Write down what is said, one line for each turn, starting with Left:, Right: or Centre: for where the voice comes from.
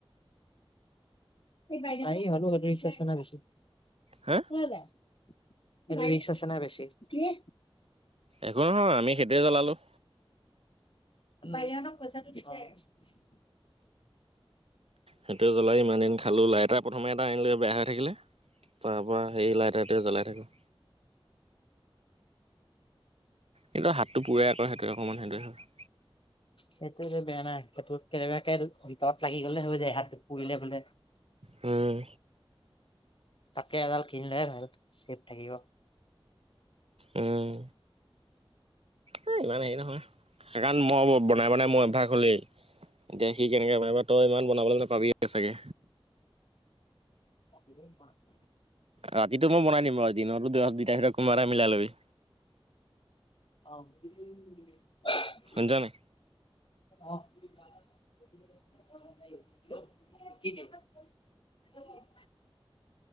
Left: পাৰি হলেও সেইটো ৰীস্ক আছে না বেছি
Right: হা
Left: ও বাই। ৰিস্ক আছে না বেছি, কি?
Right: একো নহয় আমি সেইটোৱে জ্বলালোঁ।
Left: বাৰি হতক পইচা টো দি থৈ আহ গে।
Right: সেইটোৱে জ্বলাইয়ে ইমান দিন খালো লাইটাৰ প্ৰথমে এটা আনিলো বেয়া হৈ থাকিলে তাৰ পৰা সেই লাইটাৰ টোৱে জ্বলাই থাকো। কিন্তু হাতটো পুৰে আকৌ সেইটোৱে অকণমান সেইটোৱে হয়।
Left: সেইটোৱেটো বেয়া না সেইটো কেনেবাকে ভিতৰত লাগি গ'লে হৈ যায় হাত পুৰিলে বোলে।
Right: উম।
Left: তাতকে এডাল কিনি লুৱাই ভাল চেফ থাকিব।
Right: উম। আ ইমান হেৰি নহয় সেইকাৰণ মই বনাই- বনাই মোৰ অভ্যাস হ'লই। এতিয়া সি কেনেকে বনাইবা তই ইমান বনাবলে নোপাবিয়ে চাগে।
Left: <unintelligible>
Right: ৰাতিটো মই বনাই দিম বাৰু, দিনৰতো তহঁত দুটাৰ ভিতৰত কোনোবা এটাই মিলাই ল'বি।
Left: অ' <unintelligible>
Right: শুনিছ নাই?
Left: অহ'। <unintelligible> কি দিম <unintelligible>